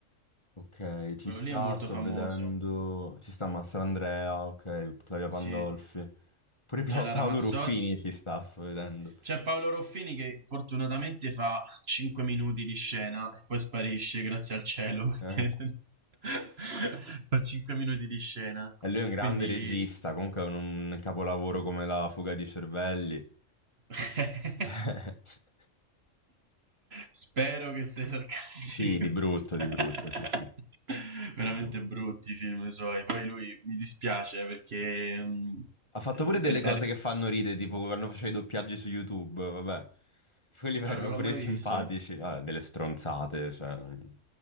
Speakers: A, on the left; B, on the right.
A: Ok, ci
B: Quello
A: sta,
B: lì è molto
A: sto
B: famoso,
A: vedendo, ci sta Mastrandrea, ok, Claudia Pandolfi,
B: sì.
A: pure Pla-
B: C'è la
A: Paolo
B: Ramazzotti,
A: Ruffini ci sta, sto vedendo.
B: c'è Paolo Roffini che fortunatamente fa 5 minuti di scena e poi sparisce, grazie al cielo, perché
A: Eh,
B: <laughs> fa 5 minuti di scena.
A: E lui è un grande
B: Quindi
A: regista, comunque è un, un capolavoro come La fuga di cervelli.
B: <laughs>
A: <laughs>
B: spero che sei sarcastico.
A: Sì, di brutto, di
B: <laughs>
A: brutto, sì, sì,
B: Veramente
A: di brutto.
B: brutti i film suoi. Poi lui mi dispiace perché mm,
A: Ha fatto pure delle
B: eh,
A: cose che fanno ridere, tipo quando faceva i doppiaggi su YouTube, vabbè. Quelli erano
B: Ah, non l'ho
A: pure
B: mai
A: simpatici,
B: vista.
A: vabbè, delle stronzate, cioè... non-